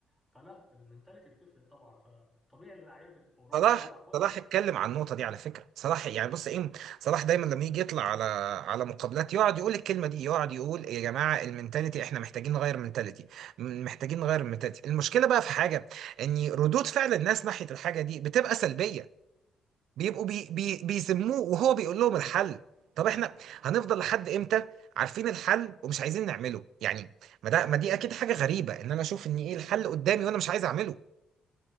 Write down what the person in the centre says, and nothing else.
فلا المنتاليتي بتفرق طبعا فطبيعي اللعيب في اوروبا
هيطلع كويس